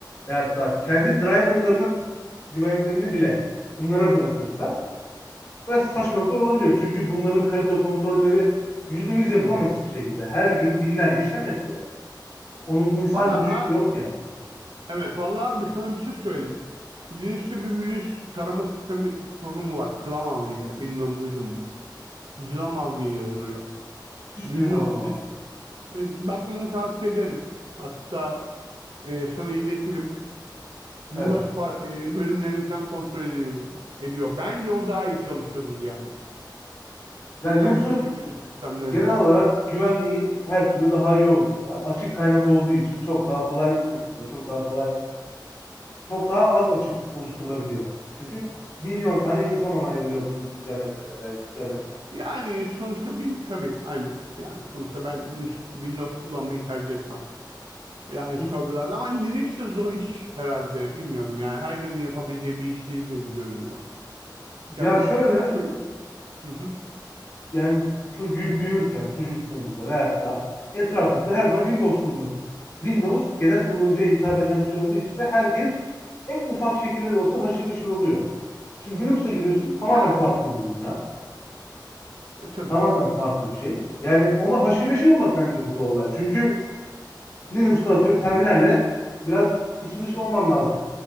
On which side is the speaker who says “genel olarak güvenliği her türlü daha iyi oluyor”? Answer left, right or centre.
Left